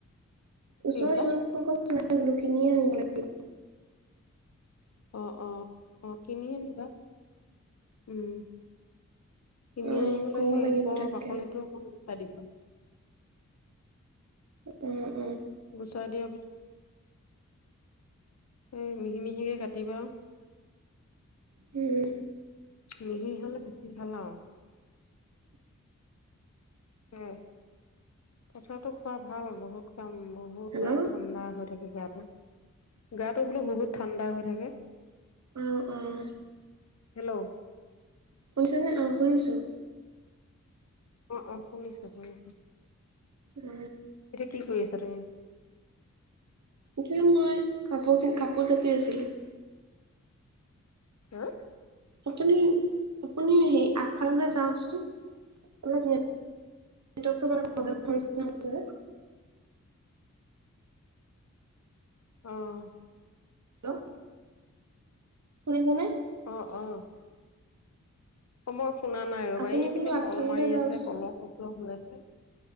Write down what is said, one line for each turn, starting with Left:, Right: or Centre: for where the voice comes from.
Left: কি
Right: ওচৰত
Left: কৈছা
Right: ইমান <unintelligible> কিনিয়ে আনিব লাগিব।
Left: অ অ অ কিনি আনিবা উম কিনি
Right: অ
Left: আনি পেলাই
Right: ক'ব
Left: সেই
Right: লাগিব
Left: ওপৰৰ
Right: তাকে।
Left: বাকলিটো অকণ গুচাই দিব।
Right: উম।
Left: গুচাই দিয়া পিছ এই মিহি মিহিকে কাটিবা।
Right: উম।
Left: মিহি হ'লে বেছি ভাল আৰু। উম, পচলাটো খোৱা ভাল বহুত কাম উম বহুত
Right: হেল্ল'
Left: মানে ঠাণ্ডা হয়। থাকে গাটো। গাটো বোলো বহুত ঠাণ্ডা হৈ থাকে।
Right: অঁ অঁ,
Left: হেল্ল'
Right: শুনিছেনে? অঁ শুনিছোঁ।
Left: অ' অ' শুনিছো, শুনিছো।
Right: অ
Left: এতিয়া কি কৰি আছা তুমি?
Right: এতিয়া মই কাপোৰ কাপোৰ জাপি আছিলোঁ।
Left: হা।
Right: আপুনি আপুনি আগফাললে যে যাওক চোন অলপ নেটৱৰ্ক টোৰ কাৰণে প্ৰবলেম হৈছে।
Left: অ'।
Right: হেল্ল শুনিছা নে?
Left: অ' অ' সময় শুনা নাই আৰু
Right: আপুনি
Left: বা এই
Right: বোলো
Left: পিনে
Right: আগফাললৈ
Left: কল মাৰি
Right: যাওকচোন
Left: আছে কলৰ শব্দ হৈ আছে।